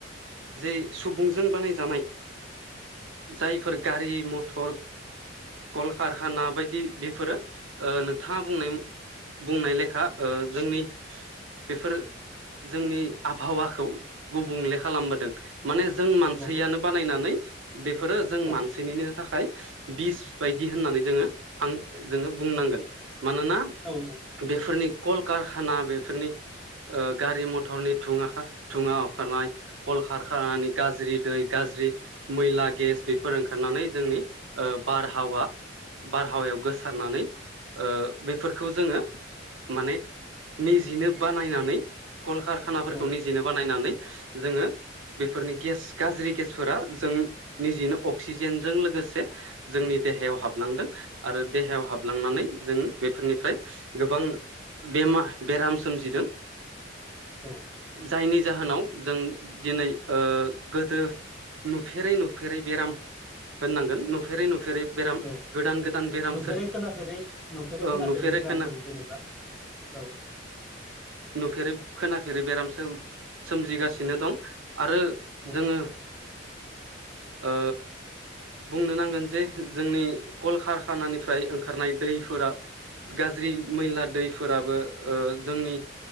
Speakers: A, on the right; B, in the centre.
A: जे सुबुंजों बानायजानाय जायफोर गारि मथर कलकारखाना बायदि बेफोरो ओ नोंथाङा बुंनाय बुंनाय लेखा ओ जोंनि बेफोर जोंनि आबहावाखौ गुबुंले खालामबोदों
B: उम,
A: माने जों मानसैयानो
B: नंगौ
A: नानै बेफोरो जों
B: औ
A: मानसैनिनो थाखाय बिस बायदि होननानै जोङो आं जोङो बुंनांगोन मानोना
B: औ
A: बेफोरनि कल कारखाना बेफोरनि ओ गारि मथरनि थुङा अंखारनाय कल खारखनि गाज्रि दै गाज्रि मैला गेस बेफोर ओंखारनानै जोंनि ओ बारहावा बारहावायाव गोसारनानै ओ बेफोरखौ जोङो माने निजिनो बानायनानै कलकारखानाफोरखौ
B: औ
A: निजेनो बानायनानै जोङो बेफोरनि गेस गाज्रि गेस जों निजेनो अक्सिजेनजों लोगोसे जोंनि देहायाव हाबलांदों आरो देहायाव हाबलांनानै जों बेफोरनिफ्राय गोबां बेमा बेराम सोमजिदों
B: औ
A: जायनि जाहोनाव जों दिनै ओ गोदो नुफेरै नुफेरै बेराम होननांगोन नुफेरै नुफेरै बेराम
B: औ
A: गोदान गोदान बेराम
B: नुफेरै
A: सोरजि
B: खोनाफेरै नुफेरै
A: औ
B: खोनाफेरै
A: नुफेरै
B: बेरामफोर
A: खोना
B: जेनेबा औ
A: नुफेरै खोनाफेरै बेराम सोम सोमजिगासिनो दं आरो
B: औ
A: जोङो ओ बुंनो नांगोन जे जोंनि कल कारखानानिफ्राय ओंखारनाय दैफोरा गाज्रि मैला दैफोराबो ओ जोंनि